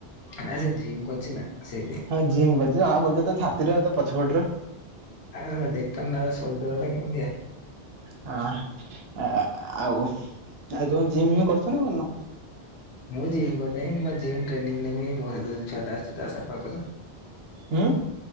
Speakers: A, on the left (about 70°); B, on the right (about 70°).
A: ନା ସେ ଜିମ୍ କ ଅଛି ନା ସେଇ
B: ହଁ ଜିମ୍ କରୁଛି ଜଣା ବଛ ତ ଛାତିରେ ତ ପଛପଟରୁ
A: ହ ଦେଖତନ ସପ ଦବେେଳେ କେମିଆ
B: ହ ଆଉ ଆଉ ତମେ ଜିମ୍ କରୁଛ ନା କନ
A: ମୁଁ ଜିମ୍ କରିନ ଟେି ନେି ମୋ ଛୁଆ ଟାଛି ତା ସ ପାଖରୁ
B: ହୁଁ